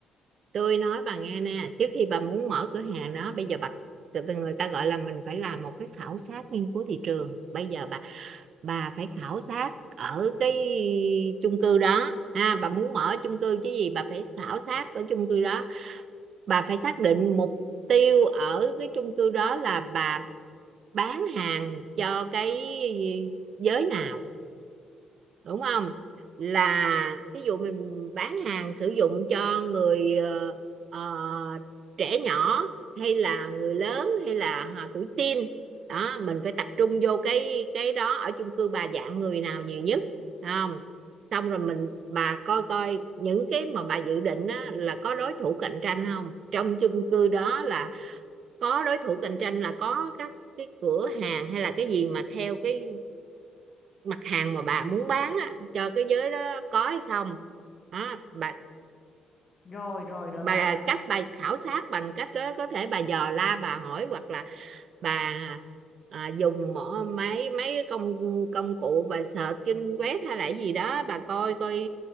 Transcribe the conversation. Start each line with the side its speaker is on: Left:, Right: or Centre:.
Right: tôi nói bà nghe nè trước khi bà muốn mở cửa hàng đó bây giờ bà tự- người ta gọi là mình phải làm một cái khảo sát nghiên cứu thị trường bây giờ bà bà phải khảo sát ở cái chung cư đó ha bà muốn mở chung cư chứ gì bà phải khảo sát ở chung cư đó bà phải xác định mục tiêu ở cái chung cư đó là bà bán hàng cho cái giới nào đúng không là ví dụ mình bán hàng sử dụng cho người ờ, ờ, trẻ nhỏ hay là người lớn hay là à, tuổi teen đó mình phải tập trung vô cái cái đó ở chung cư bà dạng người nào nhiều nhất phải không xong rồi mình bà coi coi những cái mà bà dự định á, là có đối thủ cạnh tranh không trong chung cư đó là có đối thủ cạnh tranh là có các cái cửa hàng hay là cái gì mà theo cái mặt hàng mà bà muốn bán á, cho cái giới đó có hay không đó bà
Left: rồi rồi rồi
Right: bà
Left: bà
Right: cách bà khảo sát bằng cách đó có thể bà dò la bà hỏi hoặc là bà à, dùng mỏ mấy mấy công công cụ bà search trên web hay là gì đó bà coi coi